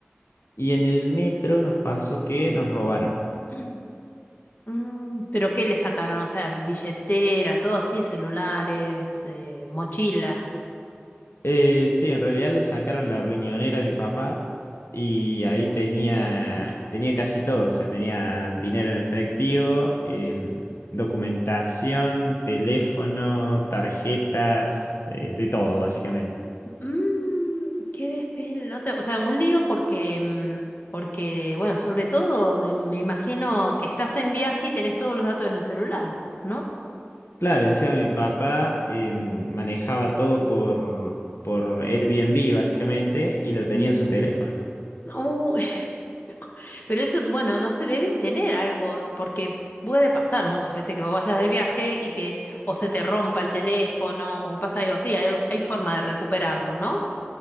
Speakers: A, on the left; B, on the left.
A: y en el metro nos pasó que nos robaron.
B: <clears throat> Mm, ¿pero qué le sacaron? O sea, billetera, todo así, celulares, eh, mochila.
A: Eh, sí, en realidad le sacaron la riñonera a mi papá y ahí tenía, tenía casi todo, o sea, tenía dinero en efectivo, em, documentación, teléfono, tarjetas, eh, de todo básicamente.
B: Mm, qué despelote. O sea, un lío porque, mm, porque, bueno, sobre todo me, me imagino que estás en viaje y tenés todos los datos en el celular, ¿no?
A: Claro, encima mi papá eh, manejaba todo por, por Airbnb básicamente y lo tenía
B: Ujú.
A: en su teléfono.
B: Uh, <laughs> pero eso, bueno, no sé, deben tener algo, porque puede pasar muchas veces que vos vayas de viaje y que o se te rompa el teléfono o pasa algo así, hay, hay forma de recuperarlo, ¿no?